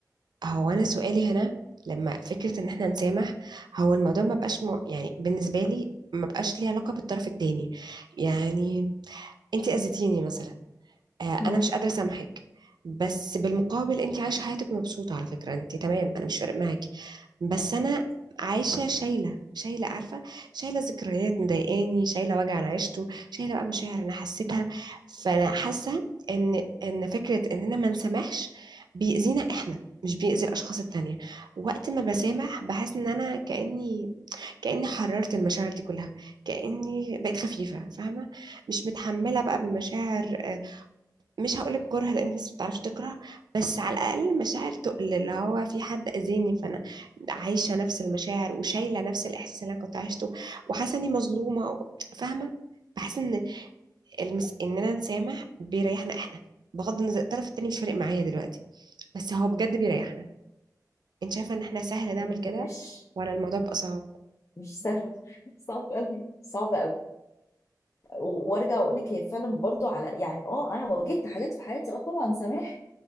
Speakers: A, on the right; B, on the left.
A: هو انا سؤالي هنا لما فكره ان احنا نسامح هو الموضوع ما بقاش م... يعني بالنسبه لي ما بقاش ليه علاقه بالطرف التاني يعني انت اذيتيني مثلا آه،
B: مم.
A: انا مش قادره اسامحك بس بالمقابل انت عايشه حياتك مبسوطه على فكره انت تمام انا مش فارق معاكي بس
B: أكيد
A: انا عايشه شايله شايله عارفه شايله ذكريات مضايقاني شايله وجع انا عشته شايله بقى مشاعر انا حسيتها فانا حاسه ان ان فكره اننا ما نسامحش بيأذينا احنا مش بيأذي الاشخاص التانية وقت ما بسامح بحس ان انا كأني كأني حررت المشاعر دي كلها كأني بقيت خفيفة فاهمة مش متحملة بقى بمشاعر آه، مش هقولك كره لان في ناس بتعرفش تكره بس على الاقل مشاعر تقل اللي هو في حد اذاني فانا عايشه نفس المشاعر وشايله نفس الاحساس اللي انا كنت عايشته وحاسه اني مظلومه و- فاهمه بحس ان المس... اننا نسامح بيريحنا احنا بغض النظر الطرف التاني مش فارق معايا دلوقتي بس هو بجد بيريحنا انت شايفه ان احنا سهل نعمل
B: مش
A: كده ولا الموضوع بقى صعب
B: مش سهله صعب قوي صعب قوي وارجع اقول لك هي فعلا برضو على يعني اه انا واجهت حاجات في حياتي اه طبعا سامحت